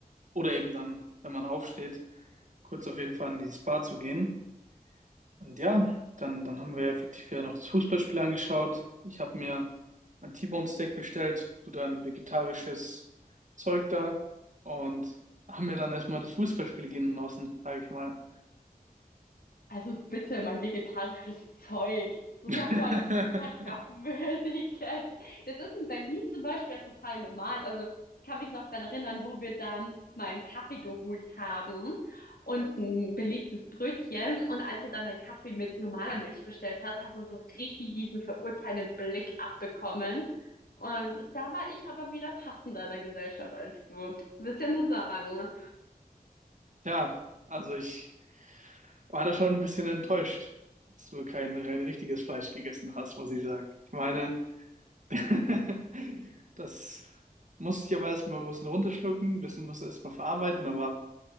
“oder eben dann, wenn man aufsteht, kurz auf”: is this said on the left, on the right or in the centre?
Right